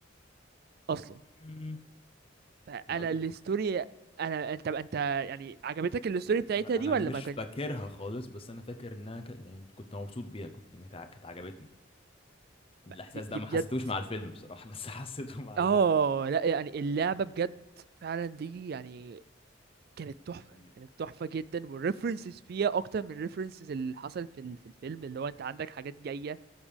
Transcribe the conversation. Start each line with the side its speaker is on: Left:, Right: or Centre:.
Right: اصلا
Left: مم.
Right: فانا
Left: هي وجهة
Right: الستوري
Left: نظر
Right: انا انت انت يعني عجبتك الستوري بتاعتها
Left: انا
Right: دي
Left: انا
Right: ولا
Left: مش
Right: ما كان
Left: فاكرها خالص بس انا فاكر انها ك... يعني كنت مبسوط بيها كنت كانت ع- كانت عجبتني الاحساس
Right: ما- دي,
Left: ده
Right: دي
Left: ما
Right: بجد
Left: حسيتوش مع الفيلم بصراحة بس <laughs> حسيته مع اللعبة
Right: اه لا يعني اللعبة بجد فعلا دي يعني كانت تحفة
Left: مم.
Right: كانت تحفة جدا والريفرنسز فيها اكتر من الريفرنسز اللي حصلت في ال- في الفيلم اللي هو انت عندك حاجات جاية